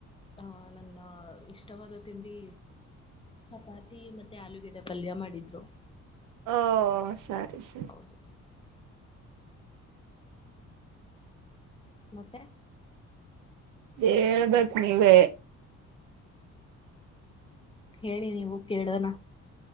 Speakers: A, on the left (about 20°); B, on the right (about 80°).
A: ಹ ನನ್ನ ಇಷ್ಟವಾದ ತಿಂಡಿ ಚಪಾತಿ ಮತ್ತೆ ಆಲೂಗಿಡ್ಡೆ ಪಲ್ಯ ಮಾಡಿದ್ರು.
B: ಓ ಸರಿ ಸರಿ
A: ಹೌದು ಮತ್ತೆ
B: ಹೇಳ್ಬೇಕು ನೀವೇ
A: ಹೇಳಿ ನೀವು ಕೇಳೋಣ